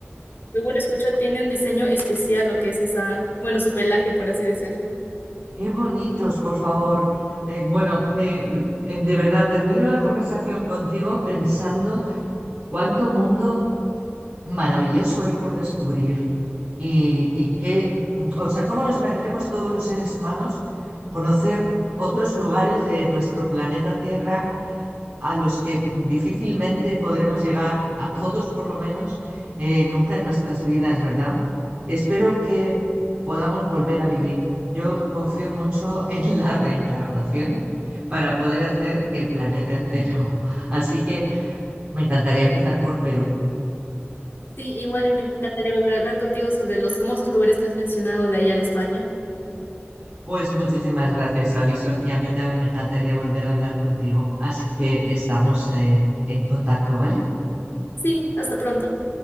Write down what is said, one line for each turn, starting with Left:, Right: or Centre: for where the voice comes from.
Left: Según escucho, tiene un diseño especial lo que es esa, bueno, su pelaje, por así decirlo.
Right: Qué bonitos, por favor. Eh, bueno, me- eh, de verdad, termino la conversación contigo pensando cuánto mundo maravilloso hay por descubrir y, y qué, mm, o sea, cómo nos merecemos todos los seres humanos conocer otros lugares de nuestro planeta Tierra a los que difícilmente podremos llegar, a todos por lo menos, eh, nunca en nuestras vidas, ¿verdad? Espero que podamos volver a vivir. Yo confío mucho <laughs> en la reencarnación para poder hacer el planeta entero. <laughs> Así que me encantaría empezar por Perú.
Left: Sí, igual y me encantaría volver a hablar contigo sobre los hermosos lugares que has mencionado de allá de España.
Right: Pues muchísimas gracias, Alison, y a mí también me encantaría volver a hablar contigo. Así que estamos eh, en contacto, ¿vale?
Left: Sí, hasta pronto.